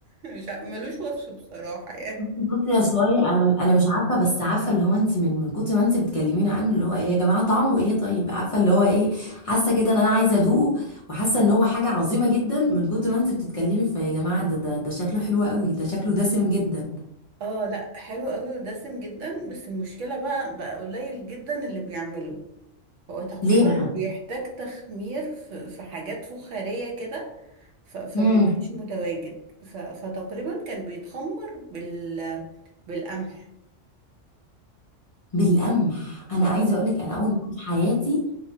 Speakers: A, on the right; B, on the left.
A: <laughs> مش ع- ملوش وصف بصراحة يعني
B: بصي يا سوري انا انا مش عارفه بس عارفه اللي هو انت من من كتر ما انت بتكلميني عنه اللي هو ايه يا جماعه طعمه ايه طيب عارفه اللي هو ايه حاسه كده ان انا عايزه ادوقه وحاسه ان هو حاجه عظيمه جدا من كتر ما انت بتتكلمي فيا جماعه ده ده ده شكله حلو قوي ده شكله دسم جدا
A: اه لا حلو قوي ودسم جدا بس المشكلة بقى بقى قليل جدا اللي بيعمله هو تقريبا
B: ليه بقى
A: بيحتاج تخمير في, في حاجات فخارية كده ف- فمبقاش
B: امم
A: متواجد ف- فتقريبا كان بيتخمر بال بالقمح
B: بالقمح انا
A: اه
B: عايزه اقول لك انا اول مره في حياتي